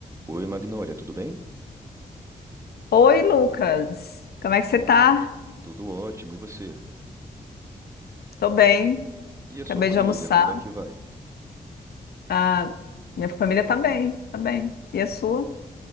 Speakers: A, on the right (about 20°); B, on the left (about 80°).
A: Oi, Magnólia, tudo bem?
B: Oi, Lucas. Como é que você tá?
A: Tudo ótimo, e você?
B: Tô bem.
A: E a
B: Acabei
A: sua família,
B: de almoçar.
A: como é que vai?
B: Ah, minha família tá bem, tá bem. E a sua?